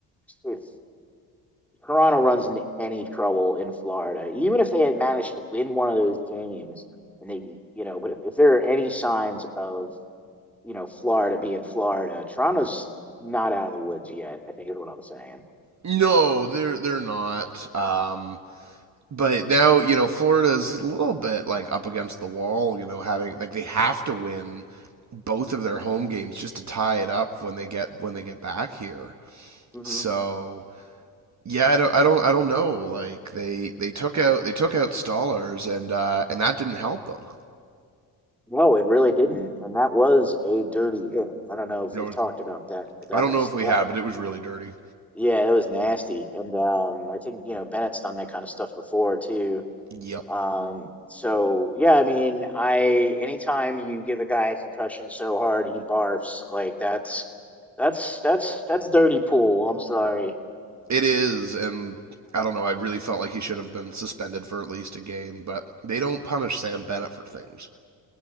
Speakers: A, in the centre; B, on the right (about 35°).
A: if Toronto runs into any trouble in Florida, even if they had managed to win one of those games, and they, you know, but if, if there are any signs of, you know, Florida being Florida, Toronto's not out of the woods yet, I think is what I'm saying.
B: No, they're they're not. Um, but now you know Florida's a little bit like up against the wall. You know, having like they have to win both of their home games just to tie it up when they get when they get back here.
A: hmm
B: So Yeah, I don't, I don't, I don't know. Like they, they took out, they took out Stallers, and uh, and that didn't help them.
A: No, it really didn't, and that was a dirty hit. I don't know if
B: You
A: we've
B: know,
A: talked about that, but that
B: I don't
A: was
B: know if we
A: that,
B: had, but it was really dirty.
A: yeah, that was nasty. And um, I think, you know, Bennett's done that kind of stuff before too.
B: Yep,
A: Um, so yeah, I mean, I anytime you give a guy a concussion so hard he barfs, like that's that's that's that's dirty pool. I'm sorry.
B: it is, and I don't know. I really felt like he should have been suspended for at least a game, but they don't punish Sam Bennett for things.